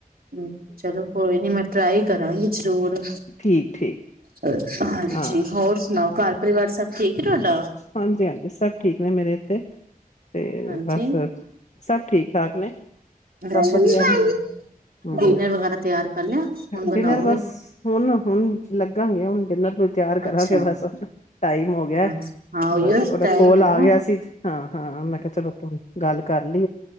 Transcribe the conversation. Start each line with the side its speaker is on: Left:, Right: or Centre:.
Right: ਹਮ ਚਲੋ ਕੋਈ ਨੀ ਮੈਂ ਟਰਾਈ ਕਰਾਂਗੀ ਜਰੂਰ
Left: ਠੀਕ ਠੀਕ
Right: ਹਾਂਜੀ
Left: ਹਾਂ
Right: ਹੋਰ ਸੁਣਾਓ ਘਰ ਪਰਿਵਾਰ ਸਭ ਠੀਕ ਹੈ ਤੁਹਾਡਾ
Left: ਹਾਂਜੀ ਹਾਂਜੀ ਸਭ ਠੀਕ ਨੇ ਮੇਰੇ ਇੱਥੇ ਤੇ
Right: ਹਾਂਜੀ
Left: ਬਸ ਸਭ ਠੀਕ ਠਾਕ ਨੇ
Right: ਅੱਛਾ
Left: ਸਭ ਵਧੀਆ
Right: ਅੱਛਾ
Left: ਨੇ ਹਮ
Right: ਡਿਨਰ ਵਗੈਰਾ ਤਿਆਰ ਕਰ ਲਿਆ ਹੁਣ ਬਣਾਓਗੇ
Left: ਡਿਨਰ ਬਸ ਹੁਣ ਹੁਣ ਲੱਗਾਂਗੇ ਹੁਣ ਡਿਨਰ ਨੂੰ ਤਿਆਰ ਕਰਾਂਗੇ
Right: ਅੱਛਾ
Left: ਬਸ ਟਾਈਮ ਹੋ ਗਿਆ
Right: ਅੱਛਾ ਹਾਂ ਉਹੀਓ
Left: ਬਸ ਡਾ
Right: ਟਾਈਮ
Left: ਕੋਲ
Right: ਹੈ
Left: ਆ
Right: ਨਾ
Left: ਗਿਆ ਸੀ ਹਾਂ ਹਾਂ ਮੈਂ ਕਿਹਾ ਚਲੋ ਤ ਗੱਲ ਕਰ ਲਈ